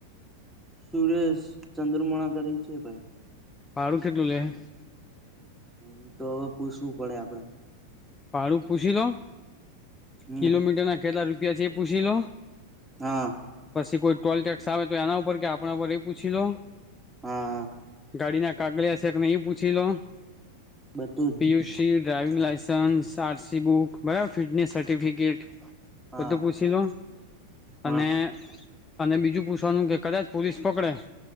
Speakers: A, in the centre; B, on the left (about 15°).
A: સુરેશ ચંદ્રમણા કરીને છે, ભાઈ
B: <unintelligible> <inaudible>
A: ઈ તો હવે પૂછવું પડે આપડે
B: ભાડું પૂછી લો
A: હમ
B: કિલોમીટર ના કેટલા રૂપિયા છે, એ પૂછી લો.
A: હા,
B: પછી કોઈ ટોલ ટેક્સ આવે તો એના ઉપર કે આપણા ઉપર એ પૂછી લો.
A: હા.
B: ગાડી ના કાગલે હશેક નહી પૂછી લો
A: બધું જ
B: Piyush driving licence RC book બાયોફિટનેસ સર્ટીિફિકેટ.
A: હા
B: બધું પૂછી લો
A: હા
B: અને અને જું પૂછવાનું કે કદાચ પોલીસ. પકડે